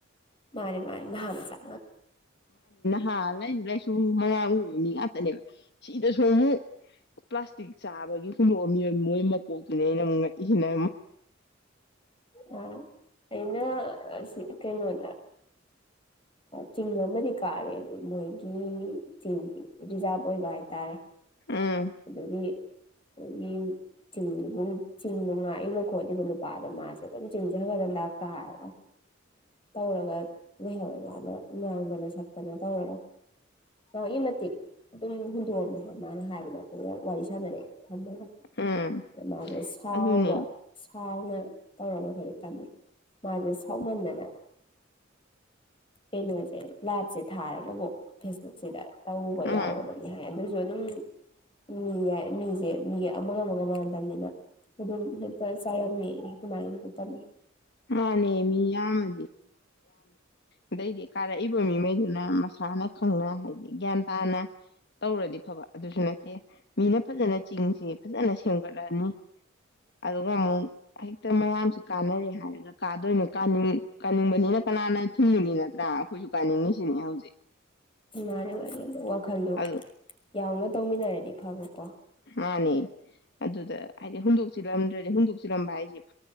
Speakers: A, on the left; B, on the left.
A: ꯃꯥꯅꯤ ꯃꯥꯅꯤ ꯃꯖꯥ
B: ꯍꯥꯥ ꯂꯩꯥꯏ ꯂꯩꯁꯨ ꯃꯉ ꯃꯤ ꯉꯥꯛꯇꯅꯦꯕ ꯁꯤꯗꯁꯨ ꯑꯃꯨꯛ ꯄ꯭ꯂꯥꯁꯇꯤꯛ ꯆꯥꯕꯒꯤ ꯍꯨꯟꯗꯣꯛꯑꯝꯃꯤ ꯃꯣꯏ ꯃꯀꯣꯛꯇꯨꯅꯦ ꯑꯩꯅ ꯑꯃꯨꯛ ꯉꯛꯏꯦꯅ
A: ꯑꯥ ꯑꯩꯅ ꯀꯩꯅꯣꯗ ꯆꯤꯡ ꯑꯃꯗꯤ ꯀꯥꯔꯦ ꯑꯗꯨ ꯃꯣꯏꯒꯤ ꯆꯤꯡꯁꯤ ꯔꯤꯖꯥꯚ ꯑꯣꯏꯕ ꯍꯥꯏꯇꯥꯔꯦ
B: ꯎꯝ
A: ꯑꯗꯨꯗꯒꯤ ꯑꯗꯒꯤ ꯆꯤꯡ ꯆꯤꯡꯗꯣ ꯉꯥꯛꯏꯕ ꯈꯣꯠꯂꯤꯕ ꯅꯨꯄꯥꯗꯣ ꯃꯥꯁꯦ ꯆꯤꯡꯖꯥꯒꯗ ꯑ ꯀꯔ ꯇꯧꯔꯒ ꯂꯩꯍꯧꯔꯒꯗ ꯅꯗꯅꯦ ꯁꯛꯇꯄꯅꯦ ꯇꯧ ꯑ ꯏ ꯃ ꯃꯇꯦꯛ ꯑꯗꯨ ꯍꯟ ꯋꯥꯔꯂꯦ ꯃꯥꯅꯦ ꯍꯥꯏꯗ ꯋꯥꯏꯁ ꯃꯅꯦꯦ ꯊꯝꯃꯒ
B: ꯎꯝ
A: ꯑ ꯃꯥꯁꯦ ꯁꯥꯎꯕ
B: ꯑꯗꯨꯅꯦ
A: ꯁꯥꯎꯅ ꯇꯧꯔꯒ ꯑꯩꯈꯣꯏ ꯇꯝꯃꯦ ꯃꯥꯁꯦ ꯁꯥꯎꯃꯟꯗꯅ ꯀꯩꯅꯣꯁꯦ ꯂꯥꯏꯚꯁꯦ ꯊꯥꯔꯒꯕꯨ ꯐꯦꯁꯕꯨꯛꯁꯤꯗ ꯇꯧꯕ
B: ꯎꯝ
A: ꯌꯥꯎꯔꯕ ꯍꯥꯏ ꯑꯗꯨꯁꯨ ꯑꯗꯨꯝ ꯃꯤ ꯃꯤꯁꯦ ꯃꯤ ꯑꯃꯒ ꯑꯃꯒ ꯃꯥꯟꯗꯕꯅꯤꯅ ꯑꯗꯨꯝ ꯍꯦꯛꯇ ꯆꯥꯏꯔꯝꯃꯤ ꯑꯗꯨꯃꯥꯏꯅ ꯇꯝꯃꯦ
B: ꯑ ꯅ ꯃꯤ ꯌꯥꯃ ꯃ ꯩꯗꯤ ꯀꯥ ꯔꯛꯏꯕ ꯃꯤꯉꯩꯗꯨꯅ ꯃꯁꯥꯅ ꯈꯪꯅ ꯍꯥꯏꯗꯤ ꯒ꯭ꯌꯥꯟ ꯇꯥꯅ ꯇꯧꯔꯗꯤ ꯐꯕ ꯑꯗꯨꯁꯨ ꯅꯠꯇꯦ ꯃꯤꯅ ꯐꯖꯅ ꯆꯤꯡꯁꯤ ꯐꯖꯅ ꯁꯦꯝꯒꯠꯂꯛꯅꯤ ꯑꯗꯨꯒ ꯑꯃꯨꯛ ꯍꯦꯛꯇ ꯃꯌꯥꯝꯁꯤ ꯀꯥꯟꯅꯔꯦ ꯍꯥꯏꯔ ꯌꯥꯝ ꯀꯥꯗꯣꯏꯅ ꯀꯥꯅꯤꯡ ꯀꯥꯅꯤꯡꯕꯅꯤꯅ ꯀꯅꯥꯅ ꯊꯤꯡꯉꯤꯅꯤ ꯅꯠꯇ꯭ꯔꯥ ꯑꯩꯈꯣꯏꯁꯨ ꯀꯥꯅꯤꯡꯉꯤꯁꯤꯅꯤ ꯍꯧꯖꯤꯛ
A: ꯃꯥꯅꯦ ꯃꯥꯅꯤ ꯋꯥꯈꯟꯗ
B: ꯑꯗꯨ
A: ꯌꯥꯎꯅ ꯇꯧꯃꯤꯟꯅꯔꯗꯤ ꯐꯕꯀꯣ
B: ꯅꯦ ꯑꯗꯨꯗ ꯍꯥꯏꯗꯤ ꯍꯨꯟꯗꯣꯛꯆꯜꯂꯝꯗ꯭ꯔꯗꯤ ꯍꯨꯟꯗꯣꯛꯆꯤꯜꯂꯝꯕ ꯍꯥꯏꯁꯦ